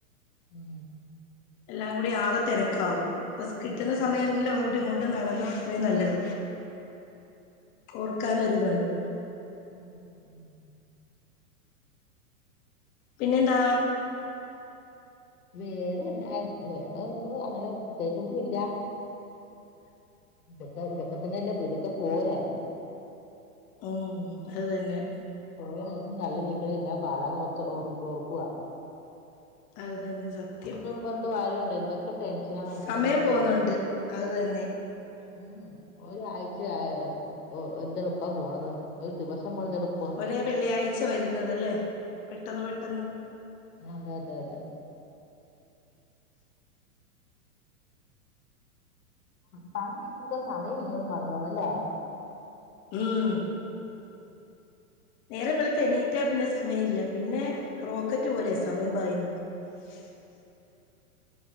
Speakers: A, on the left; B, on the left.
A: ഉം
B: എല്ലാം കൂടി ആകെ തിരക്കാവും ഇപ്പൊ കിട്ടുന്ന
A: ആഹ്
B: സമയമെങ്കിലും അങ്ങോട്ടും ഇങ്ങോട്ടും നടന്നാ അത്രയും നല്ലത് ഓർക്കാനൊരി തൊണ്ട്
A: ഉം, ഉം
B: പിന്നെന്താ
A: വേറെന്താ വേറെ അങ്ങനെ പ്രത്യേകിച്ചൊന്നും ഇല്ല.
B: <unintelligible>
A: ഇതൊക്കെ, ഇതൊക്കെ തന്നെല്ലേ ഇതൊക്കെ പോരെ
B: ഉം അത് തന്നെ
A: ഓരോ ദിവസം തള്ളി നീക്കെണ എന്നാ പാടാന്ന് ഓർക്കുവ.
B: ഉം അത് തന്നെ സത്യം
A: പറഞ്ഞിട്ട് കാര്യമുണ്ടോ എന്തൊക്കെ ടെൻഷനാ മനുഷ്യന്റെ
B: സമയം
A: മനസ്സിൽ
B: പോവുന്നുണ്ട് അത് തന്നെ. <unintelligible>
A: ഉ ഒരാഴ്ച ആയ എന്താ എളുപ്പാ പോണത്, ഒരു ദിവസം പോണത് എളുപ്പാ.
B: ഒരേ വെള്ളിയാഴ്ച വരുന്നതല്ലേ പെട്ടെന്ന് പെട്ടെന്ന്
A: അതെ അതെ അതെ പണ്ട് ഇതൊർക്ക സമയം ഇല്ല വന്നു വന്നല്ലേ
B: ഉം നേരെ വെള്ത്തെ എണീറ്റാ പിന്നെ സമയം ഇല്ല, പിന്നെ റോക്കറ്റ് പോലെയാ സമയം പായുന്നത്. <unintelligible>